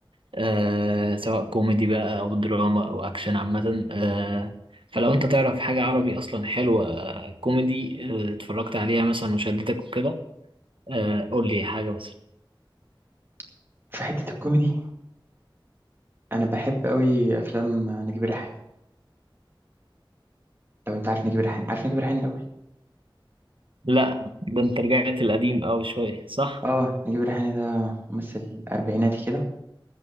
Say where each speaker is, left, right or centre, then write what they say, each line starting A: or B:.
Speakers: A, on the right (about 75°); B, on the right (about 25°).
A: أه سواء كوميدي بقى او دراما او اكشن عامه أه فلو انت تعرف حاجه عربي اصلا حلوه آه، كوميدي آه، اتفرجت عليها مثلا وشدتك وكده أه قول لي حاجه بس
B: <laughs> في حتة الكوميدي انا بحب قوي افلام نجيب الريحاني لو انت عارف نجيب الريحاني عارف نجيب الريحاني الاول
A: لا ده انت رجعت القديم قوي شويه صح
B: اه نجيب الريحاني ده ممثل اربعيناتي كده